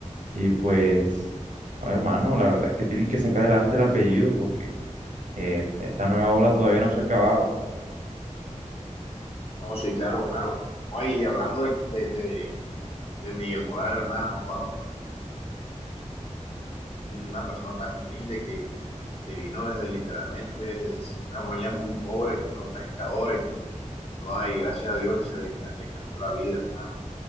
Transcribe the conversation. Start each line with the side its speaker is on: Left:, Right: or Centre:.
Right: Y pues, no, hermano, la verdad es que tienen que sacar adelante el apellido porque eh, esta nueva ola todavía no se ha acabado.
Left: No, sí, claro, claro. Ay, y hablando de, de, de, de Miguel Morales, hermano, joda, un- un- una persona tan humilde que, que vino desde literalmente desde una familia muy pobre, que fueron pescadores, ¿no? Y gracias a Dios se le, ca- le cambió la vida, hermano.